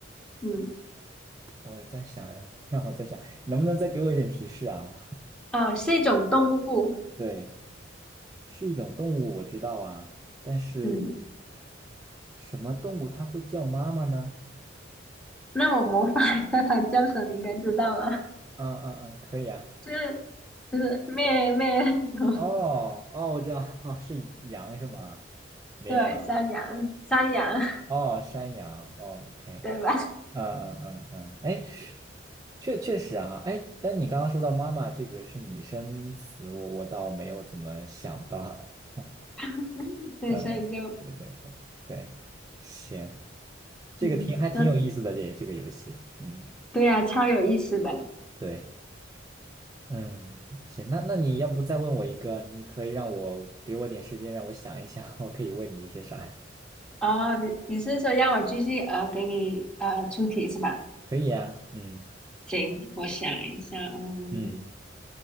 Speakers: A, in the centre; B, on the right.
A: 嗯，
B: 我在想，<laughs> 让我在想，能不能再给我一点提示啊？
A: 哦，是一种动物。
B: <laughs> 对，是一种动物，我知道啊，但是
A: 嗯，
B: 什么动物它会叫妈妈呢？
A: 那我模仿一下它叫声，你应该知道了，
B: 嗯嗯嗯，可以啊。
A: 就是就是咩咩，<laughs>
B: 哦哦，我知道，<laughs> 哦，是羊是吗？绵羊。
A: 对，山羊山羊，
B: 哦，山羊。哦，OK。
A: 对吧？
B: 嗯嗯嗯嗯，哎，确确实啊，哎，但你刚刚说到妈妈这个是拟声词，我我倒没有怎么想到。<laughs>
A: <laughs> 对，
B: 呃，
A: 所以就
B: 对对对对，行，这个挺还挺有意思的这这个游戏，
A: 嗯，那
B: 嗯，
A: 对呀、超有意思的。
B: 对，嗯，行，那那你要不再问我一个，你可以让我给我点时间让我想一想，<laughs> 我可以问你一些啥？
A: 哦，你你是说让我继续呃给你呃出题是吧？
B: <laughs> 可以啊，嗯
A: 行，我想一下，嗯，
B: 嗯，